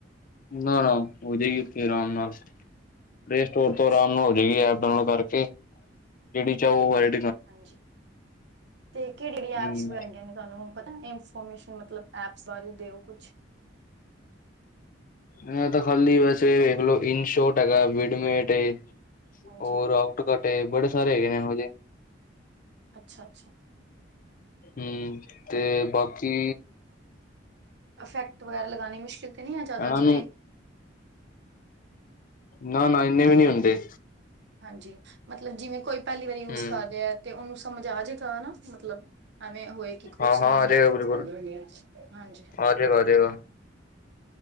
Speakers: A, on the left; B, on the right.
A: ਨਾ-ਨਾ ਹੋਜੇਗੀ ਫੇਰ ਆਰਾਮ ਨਾਲ। ਪਲੇ ਸਟੋਰ
B: ਅੱਛਾ
A: ਤੋ ਆਰਾਮ ਨਾਲ ਹੋ ਜਾਏਗੀ ਐਪ ਡਾਊਨਲੋਡ ਕਰਕੇ। ਜਿਹੜੀ ਚਾਹੋ ਉਹ ਐਪ
B: ਹਾਂਜੀ, ਤੇ ਕਿਹੜੀ-ਕਿਹੜੀ
A: ਹੂੰ
B: ਐਪਸ ਹੈਗੀਆਂ ਨੇ ਤੁਹਾਨੂੰ ਹੁਣ ਪਤਾ ਮੈਂ ਇਨਫੋਰਮੇਸ਼ਨ ਮਤਲਬ ਐਪਸ ਬਾਰੇ ਦਿਓ ਕੁਛ।
A: ਇਹਂ ਤੇ ਖਾਲੀ ਬਸ ਇਹ ਵੇਖ ਲਓ ਇਨ ਸ਼ੋਟ ਹੈਗਾ ਵਿਡ ਮੈਟ ਏ।
B: ਹਾਂਜੀ
A: ਹੋਰ ਆਊਟ ਕਟ। ਤੇ ਬੜੇ ਸਾਰੇ ਹੈਗੇ ਨੇ ਇਹੋਂ ਜਿਹੇ।
B: ਅੱਛਾ-ਅੱਛਾ।
A: ਹੂੰ ਤੇ ਬਾਕੀ
B: ਇਫੈਕਟ ਵਗੈਰਾ ਲਗਾਨੇ ਮੁਸ਼ਕਿਲ ਤੇ ਨੀ ਆ ਜਿਆਦਾ
A: ਇਹਨਾਂ
B: ਜਿਵੇਂ
A: ਨਾ-ਨਾ ਇੰਨੇ ਵੀ ਨੀ ਹੁੰਦੇ।
B: ਹਾਂਜੀ ਮਤਲਬ ਜਿਵੇਂ ਕੋਈ ਪਹਿਲੀ ਵਾਰੀ
A: ਹੂੰ
B: ਯੂਜ਼ ਕਰ ਰਿਹਾ ਹੈ ਤੇ ਓਹਨੂੰ ਸਮਝ ਆਜੇਗਾ ਨਾ ਮਤਲਬ ਐਵੇਂ ਹੋਏ ਕਿ ਕੁਛ
A: ਹਾਂ
B: ਸਮਝ
A: ਹਾਂ ਆ
B: ਨਾ
A: ਜਾਏਗਾ
B: ਆਏ <unintelligible>
A: ਬਿਲਕੁਲ
B: ਹਾਂਜੀ
A: ਆ ਜਾਏਗਾ ਆ ਜਾਏਗਾ।